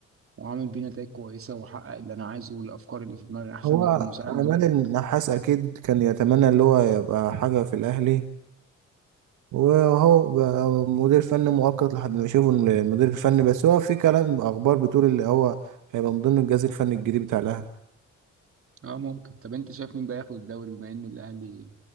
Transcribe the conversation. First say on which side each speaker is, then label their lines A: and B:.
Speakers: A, on the right; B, on the right.
A: وعامل بيه نتائج كويسه واحقق اللي انا عايزه والافكار اللي في دماغي احسن
B: هو
A: ما اكون مساعد
B: عماد
A: مدرب
B: النحاس اكيد كان يتمنى اللي هو يبقى حاجة في الاهلي وهو بقى مدير فني مؤقت لحد ما يشوفوا المدير الفني بس هو في كلام اخبار بتقول اللي هو هيبقى من ضمن الجهاز الفني الجديد بتاع الاهلي
A: اه ممكن طب انت شايف مين بقى ياخد الدوري بما ان الاهلي